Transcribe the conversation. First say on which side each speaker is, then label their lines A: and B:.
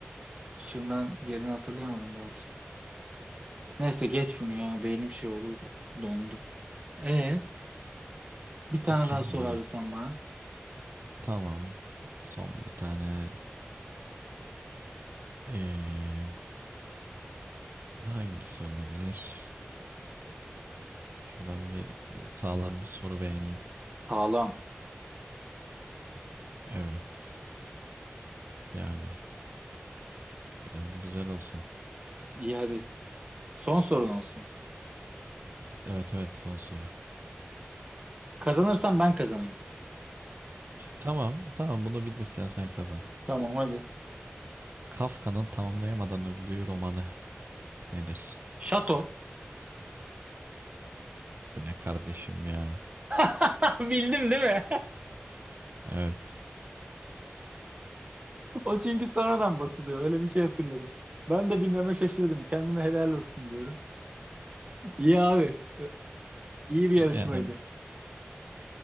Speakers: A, on the right; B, on the right.
A: Şırnak'ın yerini hatırlayamadım gerçi. Neyse geç bunu ya. Beynim şey oldu. Dondu. E bir tane
B: Okey.
A: daha sor abi sen bana.
B: Tamam. Son bir tane. Ee, hangisi olabilir? Şuradan bir e, sağlam bir soru beğeneyim.
A: Sağlam.
B: Evet. Yani biraz güzel olsun.
A: İyi hadi. Son sorun olsun.
B: Evet evet son soru.
A: Kazanırsam ben kazanayım.
B: Tamam tamam bunu bilirsen sen kazan.
A: Tamam hadi.
B: Kafka'nın tamamlayamadan öldüğü romanı nedir?
A: Şato.
B: Bu ne kardeşim ya?
A: <laughs> Bildim değil mi? <laughs>
B: Evet.
A: O çünkü sonradan basılıyor. Öyle bir şey hatırladım. Ben de bilmeme şaşırdım. Kendime helal olsun diyorum. İyi abi. Ö- İyi bir yarışmaydı.
B: Yani